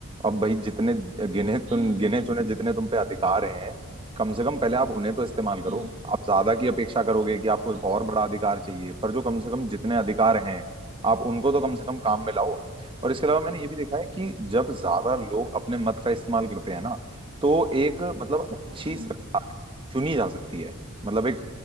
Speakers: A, on the right (about 25°); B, on the right (about 75°).
A: अब भाई जितने गिने
B: हम्म
A: तुम
B: हम्म
A: गिने चुने जितने तुम पे अधिकार हैं कम से कम पहले आप उन्हें तो इस्तेमाल करो
B: हम्म हम्म
A: आप ज्यादा की अपेक्षा करोगे कि आपको
B: हम्म,
A: और बड़ा अधिकार चाहिए पर जो कम से कम जितने अधिकार हैं आप उनको तो कम से कम काम में लाओ और इसके अलावा मैंने ये भी देखा है कि
B: हम्म,
A: जब
B: हम्म,
A: ज्यादा
B: हम्म,
A: लोग अपने मत का इस्तेमाल करते हैं ना तो एक मतलब अच्छी
B: हम्म,
A: सरकार चुनी जा सकती है मतलब एक